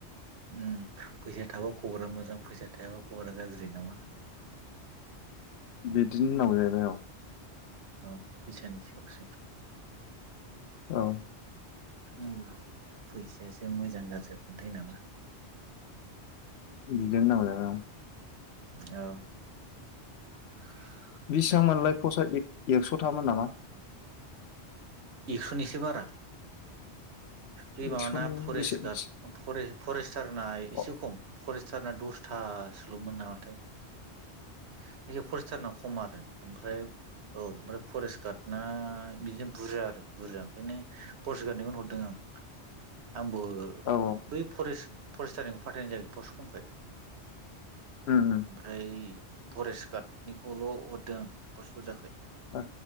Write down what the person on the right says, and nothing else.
उम फैसाया थाबा खबरा मोजां फैसाया थायाबा खबरा गाज्रि नामा?
औ फैसानि सायावसो
औ फैसायासो मोजां गाज्रिखौ खोनथायो नामा?
औ
एक्स'नि एसे बारा बे माबाना
फरेस्ट
गार्ड
फरेस्टारना एसे
खम फरेस्टारना दसथासोल'मोन नामाथाय जयखिया फरेस्टारना खम आरो ओमफ्राय औ ओमफ्राय फरेस्ट गार्ड ना बिदिजों बुरजा जादों बुरजा ओंखायनो फरेस्ट गाड निखौनो हर दों आं आंबो
बै फरेस्ट फरस्टारिखौ फाथायनाय जायखै फस खमखाय
ओमफ्राय फरेस्ट कार्डनिखौल हरदों पसबुरजाखाय